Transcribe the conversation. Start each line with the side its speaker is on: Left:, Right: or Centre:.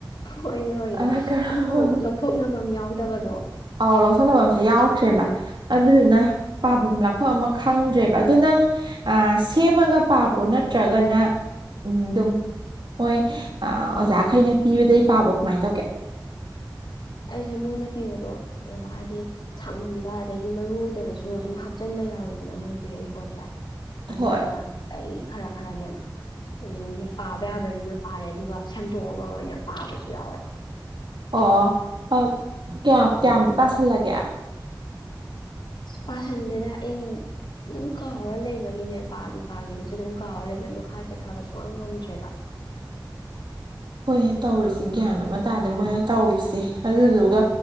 Left: ꯍꯣꯏꯑ ꯍꯣꯏꯌꯦ
Right: ꯑ ꯀꯔꯝ
Left: ꯑꯃꯝꯐꯥꯎ ꯂꯧꯊꯣꯛꯅꯕ ꯑꯃ ꯌꯥꯎꯗꯕꯗꯣ
Right: ꯑꯧ ꯂꯧꯊꯣꯛꯅꯕ ꯑꯝꯁꯦ ꯌꯥꯎꯗ꯭ꯔꯦꯕ ꯑꯗꯨꯗꯨꯅ ꯄꯥꯐꯝ ꯂꯥꯛꯐꯝ ꯑꯃ ꯈꯪꯗ꯭ꯔꯦꯕ ꯑꯗꯨ ꯅꯪ ꯑ ꯁꯦꯝꯃꯒ ꯄꯥꯕ꯭ꯔꯣ ꯅꯠꯇ꯭ꯔꯒꯅ ꯎꯝ ꯑꯗꯨꯝ ꯃꯣꯏ ꯑꯣꯖꯥꯈꯩꯅ ꯄꯤꯕꯗꯩ ꯄꯥꯕ꯭ꯔꯣ ꯀꯃꯥꯏꯅ ꯇꯧꯒꯦ
Left: ꯑꯩꯁꯦ ꯃꯣꯏꯅ ꯄꯤꯕꯗꯣ ꯍꯥꯏꯗꯤ ꯁꯥꯡꯃꯟꯕ ꯑꯗꯩꯗꯤ ꯃꯔꯨ ꯑꯣꯏꯗꯕꯁꯨ ꯑꯗꯨꯝ ꯍꯥꯞꯆꯟꯕ ꯌꯥꯎꯋꯤꯗꯅ ꯃꯣꯏ ꯄꯤꯔꯛꯏ ꯄꯣꯠꯁꯦ ꯑꯗꯨꯗꯨꯅ
Right: ꯍꯣꯏ
Left: ꯑꯩ ꯈꯔ ꯈꯔꯅꯦ ꯎꯝ ꯄꯥꯕ ꯌꯥꯕꯩꯗꯨꯅ ꯄꯥꯔꯦ ꯑꯗꯨꯒ ꯁꯦꯝꯗꯣꯛꯑꯒ ꯑꯣꯏꯅ ꯄꯥꯕꯁꯨ ꯌꯥꯎꯋꯦ
Right: ꯑꯣ ꯀꯌꯥꯝ ꯀꯌꯥꯝꯗꯤ ꯄꯥꯥꯁꯜꯂꯒꯦ
Left: ꯄꯁꯟꯗꯦꯗ ꯑꯩ ꯑꯗꯨꯝ ꯀꯥꯎꯔ ꯂꯩꯕꯒꯤꯅꯦ ꯄꯥꯒꯤ ꯄꯥꯈꯤꯕꯁꯦ ꯑꯗꯨꯝ ꯀꯥꯎꯔ ꯂꯩꯕ ꯃꯈꯥ ꯆꯠꯊꯕꯁꯨꯨꯡ ꯌꯥꯝ ꯉꯝꯗ꯭ꯔꯦꯕ
Right: ꯍꯣꯏꯅ ꯇꯧꯔꯤꯁꯦ ꯒ꯭ꯌꯥꯟ ꯑꯃ ꯇꯥꯔꯗꯤ ꯃꯣꯏꯅ ꯇꯧꯔꯤꯁꯦ ꯑꯗꯨꯗꯨꯒ